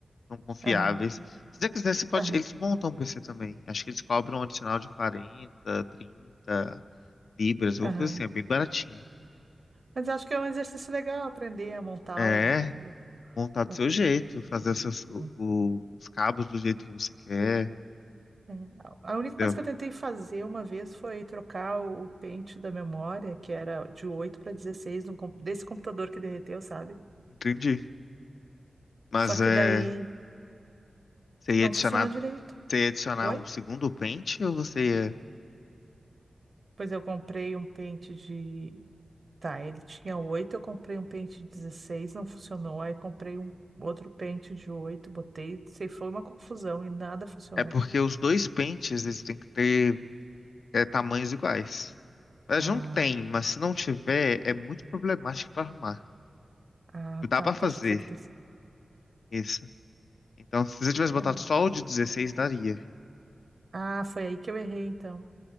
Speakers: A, on the left; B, on the right.
A: São confiáveis.
B: Aham.
A: Se você quiser, você pode...
B: Aham.
A: eles montam um PC também. Acho que eles cobram um adicional de 40, 30 libras, alguma
B: Aham.
A: coisa assim, é bem baratinho.
B: Mas acho que é um exercício legal aprender a montar
A: É,
B: o,
A: montar do
B: o-
A: seu jeito, fazer os, seus- o-
B: o-
A: o- os cabos do jeito que você quer,
B: É, A a única
A: entendeu?
B: coisa que eu tentei fazer uma vez foi trocar o, o pente da memória, que era de 8 para 16 num com- desse computador que derreteu, sabe?
A: Entendi. Mas
B: Só que
A: é,
B: daí
A: você ia
B: não
A: adicionar,
B: funcionou direito.
A: você ia adicionar
B: Oi?
A: um segundo pente ou você ia...
B: Pois eu comprei um pente de. Tá, ele tinha 8, eu comprei um pente de 16, não funcionou. Aí comprei um outro pente de 8, botei, sei, foi uma confusão e nada funcionou.
A: É porque os dois pentes, eles têm que ter é, tamanhos iguais. Mas
B: Ah,
A: não tem, mas se não tiver, é muito problemático pra arrumar.
B: ah,
A: Dá
B: tá,
A: pra
B: pode
A: fazer
B: dizer que ter sido.
A: isso. Então, se você tivesse botado
B: é.
A: só o de dezesseis daria.
B: Ah, foi aí que eu errei então.